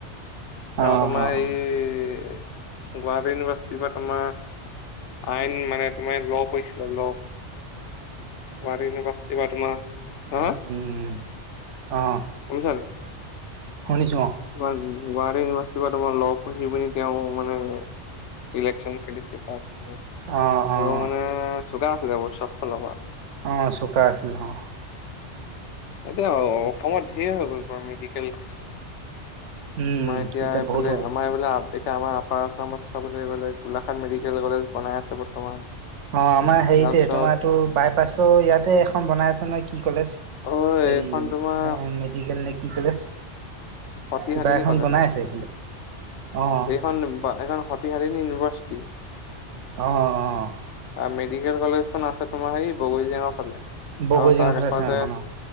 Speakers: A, on the left; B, on the right.
A: তেওঁ,
B: অ
A: তোমাৰ,
B: অ অ'।
A: সেই গুৱাহাটী ইউনিভাৰ্চিটিৰ পৰা, তোমাৰ আইন, মানে তোমাৰ, ল পঢ়িছিলোঁ, ল। গুৱাহাটী ইউনিভাৰ্চিটিৰ পৰা, তোমাৰ হা
B: উম উম অঁ
A: গম পাইছা নাই
B: শুনিছো
A: তোমাৰ, গুৱাহাটী ইউনিভাৰ্চিটিৰ পৰা, তোমাৰ ল পঢ়ি-পিনি, তেওঁ, মানে ইলেকচন খেলিছে তাৰপিছত, তেওঁ
B: অঁ অঁ অঁ
A: মানে চোকা আছিলে বহুত সব ফালৰ পৰা।
B: অ চোকা আছিল অ
A: এতিয়া, অসমত, ঢেৰ হৈ গ'ল, তোমাৰ মেডিকেল কলেজ। তোমাৰ,
B: উম
A: এতিয়া, এইফালে,
B: বহুত হৈ গ'ল
A: আমাৰ <unintelligible> আমাৰ আপাৰ আচামত, চবলে গ'লে, গোলাঘাট মেডিকেল কলেজ বনাই আছে, বৰ্তমান।
B: অ আমাৰ হেৰিতে
A: তাৰপিছত
B: তোমাৰটো বাইপাছো ইয়াতে এখন বনাই আছ নহয় কি কলেজ
A: অ
B: হেৰি
A: এইখন তোমাৰ
B: মেডিকেল নে কি কলেজ
A: সতিহাদিনী
B: কিবা এখন
A: কলেজ
B: বনাই আছে এইখিনিতে অঁ
A: এইখন বা এইখন সতিহাদিনী <unintelligible>
B: অঁ অঁ
A: অ মেডিকেল কলেজ খন আছে তোমাৰ সেই বগৰী জেঙৰ ফালে।
B: বগৈ
A: আৰু তাৰ
B: জেঙা ফালে
A: কাষতে
B: আছে এখন অ